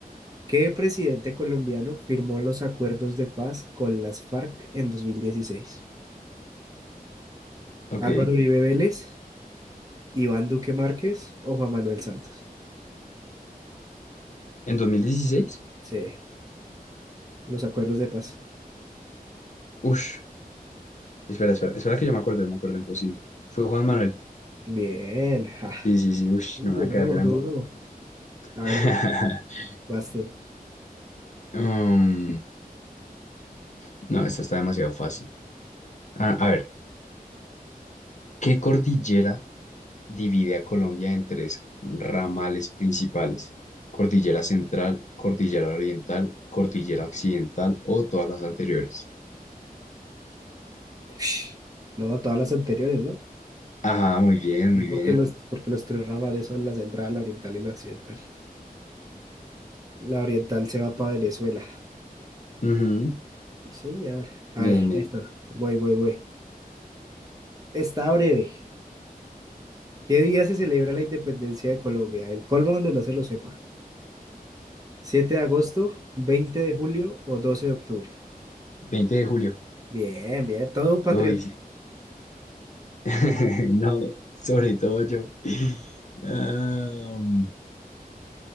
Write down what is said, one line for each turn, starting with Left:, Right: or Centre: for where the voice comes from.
Right: ¿Qué presidente colombiano firmó los acuerdos de paz con las FARC en 2016?
Left: Ok.
Right: Álvaro Uribe Vélez, Iván Duque Márquez o Juan Manuel Santos.
Left: En dos mil dieciséis,
Right: Sí, los acuerdos de paz.
Left: ush, espera, espera, espera que yo me acuerdo, yo me acuerdo imposible. Fue Juan Manuel.
Right: Bien, ja,
Left: Sí, sí, sí, ush,
Right: un
Left: no me
Right: duro,
Left: va a quedar
Right: un
Left: grande.
Right: duro. A ver,
Left: <laughs>
Right: vas tú.
Left: Um, no, esta está demasiado fácil. A, a ver, ¿qué cordillera divide a Colombia en tres ramales principales? Cordillera Central, Cordillera Oriental, Cordillera Occidental o todas las anteriores.
Right: Ush, No, todas las anteriores, ¿no?
Left: Ajá, muy bien,
Right: No,
Left: muy
Right: Porque
Left: bien.
Right: los, porque los tres ramales son la central, la oriental y la occidental. La oriental se va para Venezuela.
Left: Ujú,
Right: Sí, señor.
Left: Bien,
Right: A ver,
Left: bien.
Right: listo. Voy, voy, voy. Está breve. ¿Qué día se celebra la independencia de Colombia? El colmo donde no se lo sepa. Siete de agosto, 20 de julio o 12 de octubre?
Left: veinte de julio.
Right: Bien, bien, todo un patriota.
Left: Uy, sí. <laughs> No, sobre todo yo. Am,